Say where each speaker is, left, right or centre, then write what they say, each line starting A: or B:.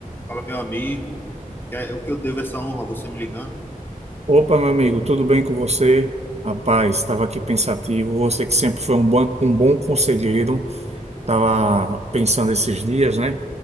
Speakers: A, on the left; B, on the right.
A: Fala, meu amigo, que é- o que eu devo essa honra, você me ligando?
B: Opa, meu amigo, tudo bem com você? Rapaz, estava aqui pensativo. Você que sempre foi um bom, um bom conselheiro, estava pensando esses dias, né?